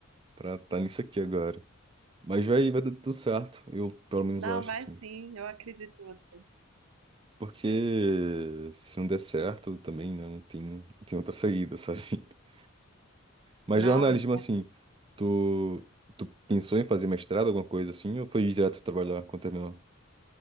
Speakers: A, on the right; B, on the right.
A: pra estar tá nisso aqui agora. Mas vai, vai dar tudo certo. Eu, pelo menos,
B: Não,
A: eu acho,
B: vai
A: assim.
B: sim, eu acredito em você.
A: Porque se não der certo também, né, não tem, não tem outra saída, sabe? <laughs> Mas
B: Não,
A: jornalismo, assim, tu, tu pensou em fazer mestrado, alguma coisa assim, ou foi direto trabalhar quando terminou?